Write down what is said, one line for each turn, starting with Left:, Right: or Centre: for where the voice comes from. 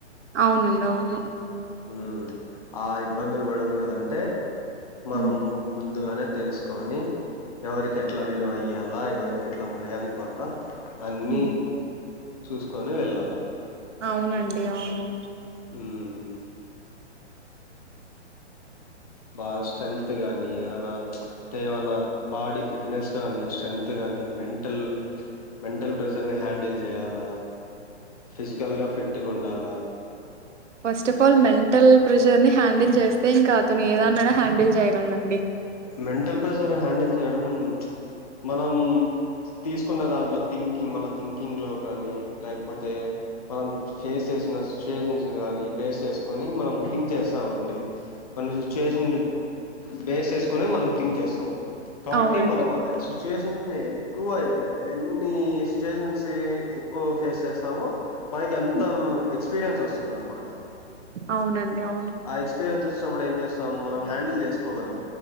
Right: అవునండి అవును
Left: ఉ ఆ ఇబ్బందులు పడకూడదంటే మనం
Right: ఉమ్
Left: ముందుగానే తెలుసుకోని ఎవరికి ఎట్లా విలువ ఇ ఎలా ఎవరు ఎట్లా మర్యాద ఇవ్వాల్నా అన్ని
Right: ఉమ్
Left: చూసుకొని వెళ్ళాలా
Right: అవునండి అవును
Left: హ్మ్ బాగా స్ట్రెంగ్త్ గానీ ఏదైనా అంటే ఏమైనా బాడీ ఫిట్నెస్ కానీ స్ట్రెంగ్త్ కాగానీ మెంటల్ మెంటల్ ప్రెజర్ ని హ్యాండిల్ చేయాలా ఫిజికల్గా ఫిట్గా ఉండాలా
Right: first of all mental pressure ని హ్యాండిల్ చేస్తే ఇంక అతను ఏదాన్నైనా హ్యాండిల్ చేయగలండి
Left: మెంటల్ ప్రెసర్ హ్యాండిల్ చేయడం మనం తీసుకున్న దాంట్లో థింకింగ్ మన థింకింగ్ లో కానీ లేకపోతే మనం ఫేస్ చేసిన సిచ్యుయేషన్స్ కానీ బేస్ చేసుకొని మనం థింక్ చేస్తామండి మన సిచయేషన్ బేస్ వేసుకొనే మనం థింక్ చేస్తాం కాబట్టి
Right: అవునండి
Left: మనం సిచువేషన్స్ ని ఎక్కువ ఎన్ని సిచ్యుయేషన్స్ ఎక్కువ ఫేస్ చేస్తామొ మనకి అంత
Right: హ్మ్.
Left: ఎక్స్పీరియన్స్ వస్తుంది అనమాట
Right: అవునండి అవును
Left: ఆ ఎక్స్పీరియన్స్ వచ్చినప్పుడు ఏం చేస్తాం మనం హ్యాండిల్ చేస్ కోగలం